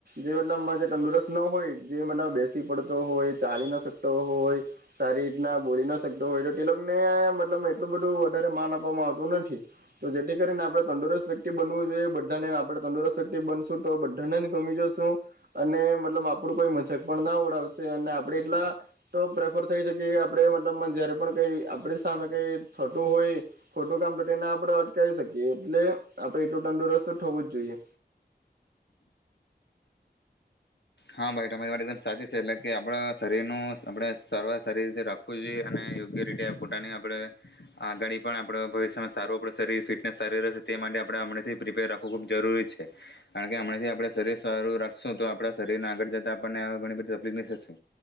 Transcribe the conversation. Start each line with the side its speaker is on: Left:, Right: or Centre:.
Right: જે મતલબ જે તંદુરસ્ત ન હોય જે મતલબ બેસી પડતો હોય ચાલી ન શકતો હોય સારી રીતના બોલી ના શકતો હોય તો ટિલકને મતલબ એટલું બધું વધારે માન આપવામાં આવતું નથી તો જેથી કરીને આપણે તંદુરસ્ત વ્યક્તિ બનવું જોઈએ બધાને આપણે તંદુરસ્ત બનશો તો બધાને ગમી જ અને મતલબ આપડું કોઈ મજક પણ ના ઓડાવશે અને આપડે એટલા તો પ્રેફર કઈ શકીએ આપણે મતલબ જયારે પણ કઈ આપણી સામે કઈ થતું હોય ખોટું કામ તો તેને આપણે અટકાવી શકીએ એટલે આપડણે એટલું તંદુરસ્ત થવું જ જોઈએ
Left: હા ભાઈ તમારી વા એકદમ સાચી છે એટલે કે આપડ શરીરનું આપડણે સવ સારી રીતે રાખવું જોઈએ અને રીતે પોતાની આપડે આગળ પણ આપડ ભવિષ્યમાં સારું આપણે શરીર ફિટનેસ સારી રહેશે તે માટે આપણે હમણાંથી પ્રિપેર રાખવું ખૂબ જરૂરી છે કારણ કે હમણાંથી આપણે શરીર સારું રાખશું તો આપણા શરીરને આગળ જતાં આપણને હ ઘણી બધી તકલીફ થશે